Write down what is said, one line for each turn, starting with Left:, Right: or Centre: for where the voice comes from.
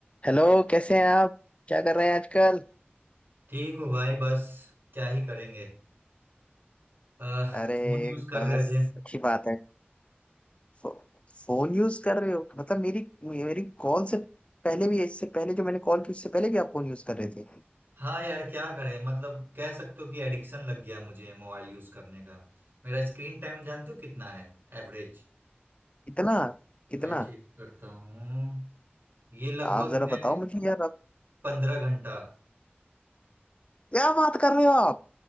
Left: हेलो कैसे हैं आप क्या कर रहे हैं आजकल
Right: ठीक हूँ भाई बस क्या ही करेंगे आ,
Left: अरे
Right: फोन यूज कर
Left: बस
Right: रहे थे
Left: अच्छी बात है फो, फोन यूज कर रहे हो मतलब मेरी मेरी कॉल से पहले भी इससे पहले जो मैंने कॉल की उससे पहले भी आप फोन यूज कर रहे थे
Right: हाँ यार क्या करें मतलब कह सकते हो कि एडिक्शन लग गया मुझे मोबाइल यूज करने का मेरा स्क्रीन टाइम जानते हो कितना है एवरेज
Left: कितना कितना
Right: मैं चेक करता हूँ ये लगभग
Left: आप जरा
Right: है
Left: बताओ मुझे यार आप
Right: पंद्रह घंटा
Left: क्या बात कर रहे हो आप